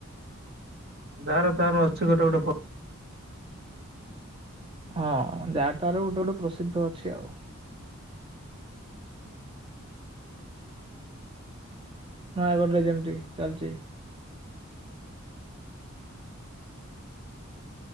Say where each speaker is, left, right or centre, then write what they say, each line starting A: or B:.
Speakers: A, on the right; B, on the right.
A: ଯାର ତାର ଅଛି ଗୋଟେ ଗୋଟେ।
B: ହଁ ଯାର ତାର ଗୋଟେ ଗୋଟେ ପ୍ରସିଦ୍ଧ ଅଛି ଆଉ। ନୟାଗଡ଼ରେ ଯେମିତି ଚାଲିଚି।